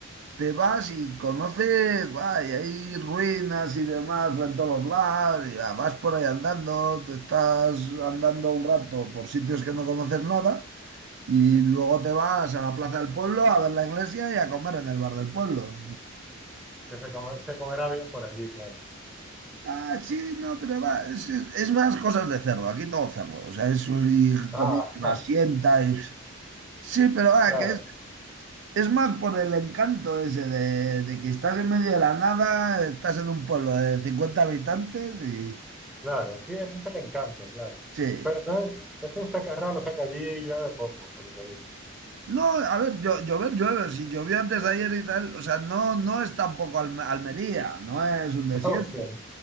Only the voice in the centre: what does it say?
que se come- se comerá bien por allí, claro.
Ah,
<laughs>
claro,
claro. Sí, ese es el encanto, claro.
Pero entonces, es un sacarralo, saca allí y yo de poco, por lo que dice.
<laughs> O sea, no.